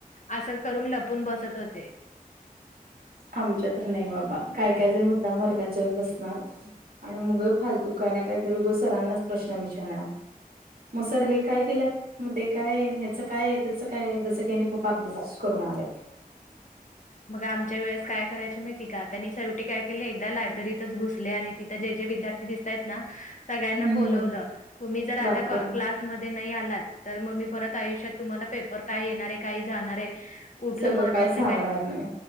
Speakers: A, on the left; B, on the right.
A: असं करून लपून बसत होते
B: आमच तर नाही बाबा, काय काय जण मुद्दाम वर्गात जाऊन बसणार. आणि मुग फालतु कर ना काय तर र उगं सरांनाच प्रश्न विचारणार मग सर हे काय केलंत? मग ते काय, ह्याच काय आहे, त्याच काय जसं कही खूप अभ्यास करून आलेत.
A: मग आमच्या वेळेस काय करायच माहिती का, त्यांनी शेवटी काय केले एकदा लायब्ररीतच घुसले आणि तिथं जे जे विद्यार्थी दिसतात ना सगळ्यांना
B: हम्म
A: बोलवलं तुम्ही जर आता
B: बापरे
A: क्लास तुम्ही नाही आला तर, मग मी परत आयुष्यात तुम्हाला पेपर काय येणार काही जाणार आहे कुठ
B: सगळं
A: महत्वाच
B: काय सांगणार नाही